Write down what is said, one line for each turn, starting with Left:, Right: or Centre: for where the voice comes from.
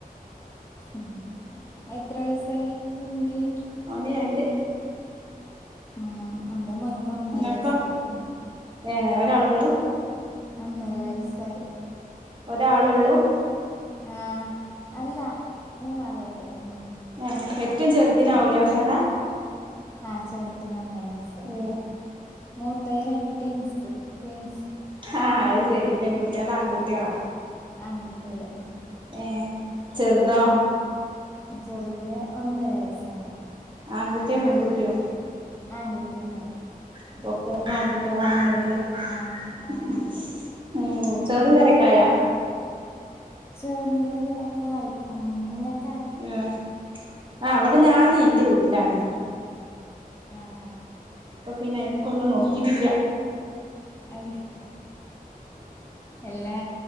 Left: ഉം, എത്ര വയസായി <unintelligible>
Right: അവന് രണ്ട്
Left: ആ അവിടെ മോനക്ക് ഒന്നര
Right: നിങ്ങക്കോ
Left: വയസായി.
Right: ഏ ഒരാള ഉള്ളൂ
Left: ഒന്നര വയസ്സായി
Right: ഒരാളെള്ളൂ
Left: ആഹ് അല്ല മൂന്നാളുണ്ട് ഉം
Right: ആഹ് ഏറ്റവും ചെറുതിനാവൂലേ
Left: ഉം
Right: ഒന്നര
Left: ആഹ് ചെറുതിന് ഒന്നര വയസായി,
Right: ഏ
Left: മൂത്തേ രണ്ട് ട്വിൻസ് ട്വിൻസ്
Right: ആഹ് അത് ശരി, പെൺകുട്ടികളാ ആൺകുട്ടികളാ?
Left: ആൺകുട്ടികള്
Right: ഏ ചെറുതോ
Left: ഉം ചെറുതിന് ഒന്നര വയസ്സായി
Right: ആൺകുട്ടിയോ പെൺകുട്ടിയോ
Left: ആൺകുട്ടിയന്നെ
Right: ആപ്പോ മൂന്നു ആൺകുട്ടികളാണ്
Left: ആ ആ
Right: <unintelligible> ഉം ചോറും കറിയൊക്കെ ആയാ?
Left: ചോറും കറി ഒക്കെ ആയി ഉം <unintelligible>
Right: ആഹ് ആ അവിടെ ഞാന് എന്റെ വീട്ടിലാണ്.
Left: ആഹ് ആഹ്
Right: അപ്പോ പിന്നെ അയിമക്കൊന്നും നോക്കിട്ടില്ല.
Left: അതെ എല്ലാ